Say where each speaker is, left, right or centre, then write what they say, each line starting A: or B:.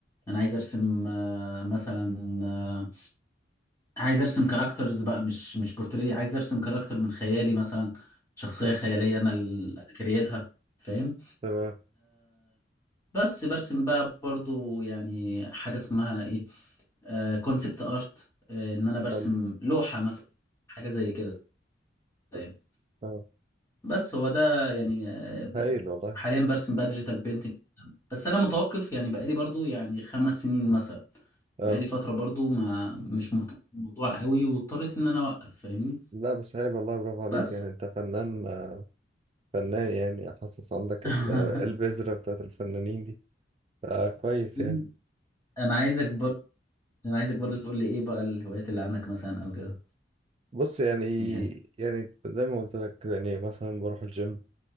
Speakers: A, on the left (about 15°); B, on the right (about 35°).
A: انا عايز ارسم آه، مثلا آه، عايز ارسم كاركترز بقى مش مش بورتريه عايز ارسم كاركتر من خيالي مثلا شخصية
B: حلو
A: خيالية انا اللي كريتها فاهم
B: تمام
A: بس برسم بقى برضو يعني حاجة اسمها ايه كونسبت ارت ان انا برسم
B: حلو
A: لوحة مثلا حاجة زي كده يعني.
B: حلو. اه
A: بس هو ده يعني آه، ب-
B: هايل والله
A: حاليا برسم بقى ديجيتال بينتنج بس انا متوقف يعني بقالي برضو يعني خمس سنين مثلا
B: اه
A: بقالي فترة برضو ما مش مهتم بالموضوع قوي واضطريت ان انا اوقف فاهمني
B: لا بس هايل والله برافو عليك
A: بس
B: يعني انت فنان آه، فنان يعني حاسس عندك
A: <laughs>
B: ال... البذرة بتاعت الفنانين دي آه كويس
A: مم.
B: يعني
A: انا عايزك برضه انا عايزك برضه تقول لي ايه بقى الهوايات اللي عندك مثلا او كده
B: بص يعني
A: يعني
B: يعني زي ما قلت لك يعني مثلا بروح الجيم